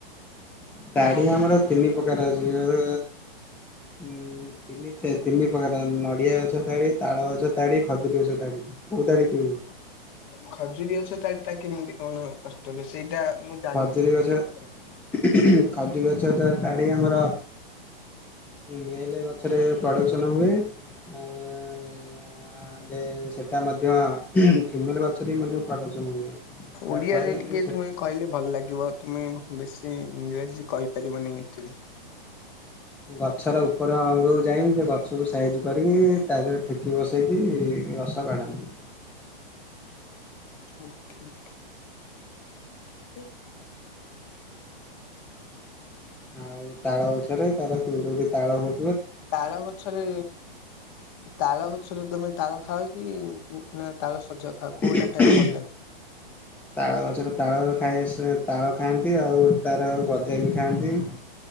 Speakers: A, in the centre; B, on the left (about 25°).
A: ତାଡି
B: କଣ
A: ଆମର ତିନି ପ୍ରକାର ଅଛି ଉ ଉ ଉଁ ତିନି ଚେ ତିନି ପ୍ରକାର ନଡିଆ ଗଛ ଥାଡି ତାଳ ଗଛ ଥାଡି ଖଜୁରୀ ଗଛ ଥାଡି। କୋଉ ତାଡ଼ି ପିଇବୁ?
B: ଖଜୁରୀ ଗଛ ତାଡି ଟା କେମିତି କଣ କଷ୍ଟ ବେଶି ସେଇଟା ମୁଁ ଜାଣିଛି
A: ଖଜୁରୀ
B: ଟିକେ।
A: ଗଛ ଖଜୁରୀ ଗଛ ଟା଼ ତାଡି ଆମର ମେଲ ଗଛରେ ପ୍ରଡ଼କ୍ସ ନାଙ୍ଗ ହୁଏ <unintelligible> ସେଟା ମଧ୍ୟ ଫିମେଲ ଗଛରେ ମଧ୍ୟ ପ୍ରଡ଼କ୍ସନ୍ ହୁଏ। ଯାହାଫଳରେ
B: ଓଡିଆରେ ଟିକେ
A: ସେ
B: ତୁମେ କହିଲେ ଭଲ ଲାଗି ତୁମେ ବେଶୀ ଇଂରାଜୀ କହିପାରିବନି ଏଥିରେ।
A: ଗଛର ଉପର ଅଙ୍ଗକୁ ଯାଇକି ସେ ଗଛକୁ ସାଇଜ୍ କରିକି ତା ଦେହରେ ଠେକ କିି ବସେଇକି ରସ କାଢନ୍ତି।
B: Okay okay.
A: ଆଉ ତାଳ ଗଛରେ ତାର ଯୋଉଠି ତାଳ ହଉ
B: ତାଳ ଗଛରେ ତାଳ ଗଛରେ ତମେ ତାଳ ଖାଅ କି? ନା ତାଳ ସଜ ଖାଅ କୋଉଟା
A: ହୁଁ
B: ଖାଇବାକୁ
A: ହହୁଁ
B: ଭଲ ଲାଗେ?
A: ତାଳ ଗଛରେ ତାଳ ଖାଇ ଆସ ତାଳ ଖାଆନ୍ତି ଆଉ ତାର ଗଜା ବି ଖାଆନ୍ତି।